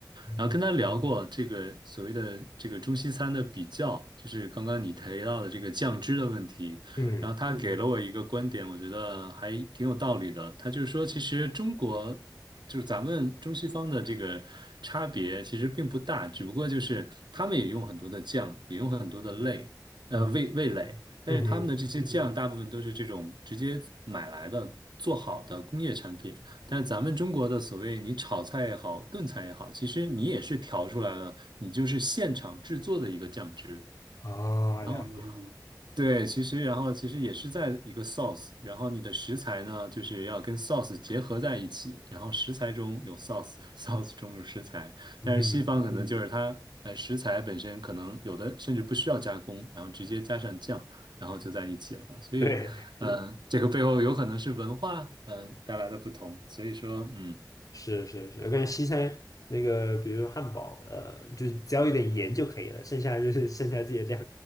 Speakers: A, on the left (about 50°); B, on the right (about 85°).
A: 嗯
B: 然后跟他聊过这个所谓的这个中西餐的比较，就是刚刚你提到的这个酱汁的问题，
A: 嗯
B: 然后他给嗯了我一个观点，我觉得还挺有道理的，他就是说其实中国就是咱们中西方的这个差别其实并不大，只不过就是他们也用很多的酱，也用很多的类。呃味味蕾，
A: 嗯
B: 但是他们的这些嗯酱大部分都是这种直接买来的做好的工业产品，
A: 嗯哼，
B: 但是咱们中国的所谓你炒菜也好，炖菜也好，其实你也是调出来了，你就是现场制作的一个酱汁，
A: 哦，
B: 然后呢，
A: 了解，
B: 对，其实然后其实也是在一个 sauce，然后你的食材呢，就是要跟 sauce 结合在一起，然后食材中有 sauce，sauce <laughs> 中有食材，
A: 嗯，
B: 但是西方可能就是嗯它，哎，食材本身可能有的甚至不需要加工，然后直接加上酱，然后就在一起了，所以，
A: 对，
B: 嗯、呃这个背后有可能是文化，嗯、带来的不同，所以说，嗯，
A: 是是是，我感觉西餐那个，比如汉堡，呃，就只要有点盐就可以了，剩下就是剩下自己的料